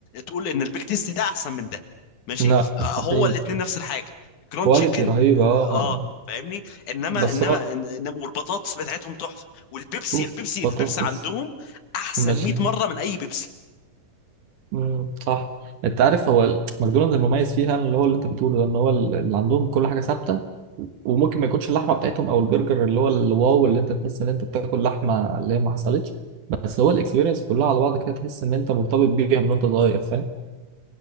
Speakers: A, on the left; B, on the right.
A: تقول ان البيك تيست ده احسن من ده ماشي
B: لا
A: آه،
B: مستحيل
A: هو الاتنين نفس الحاجة جراند
B: كواليتي
A: تشيكن
B: رهيبه
A: اه
B: اه
A: آه، فاهمني انما
B: بس
A: انما
B: هو
A: انما والبطاطس بتاعتهم تحفة والبيبسي
B: اوف
A: البيبسي
B: بطاطس
A: البيبسي عندهم احسن
B: الماشين
A: 100 مرة من اي بيبسي
B: مم، صح انت عارف هو ال- ماكدونالدز المميز فيها اللي هو اللي انت بتقوله ده ان هو ال- اللي عندهم كل حاجه ثابته وممكن ما يكونش اللحمه بتاعتهم او البرجر اللي هو الواو اللي انت تحس ان انت بتاكل لحمه اللي هي ما حصلتش بس هو الاكسبيرينس كلها على بعض كده تحس ان انت مرتبط بيها من وانت صغير فاهم